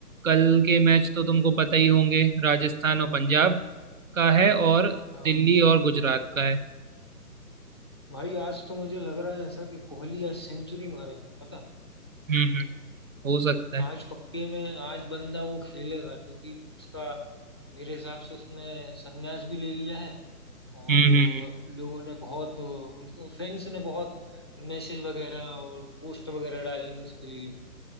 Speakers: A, on the right; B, on the left.
A: कल के मैच तो तुमको पता ही होंगे राजस्थान और पंजाब का है और
B: हाँ
A: दिल्ली और गुजरात का है
B: भाई आज तो मुझे लग रहा है ऐसा कि कोहली आज सेंचुरी मारेगा पता
A: हम्म हम्म हो सकता है
B: आज पक्के में आज बंदा वो खेलेगा क्योंकि उसका मेरे हिसाब से उसने संन्यास भी ले लिया है और
A: हम्म हम्म हम्म।
B: अ, लोगों ने बहुत अ, फैंस ने बहुत मैसेज वगैरह और पोस्ट वगैरह डाली हैं उसके लिए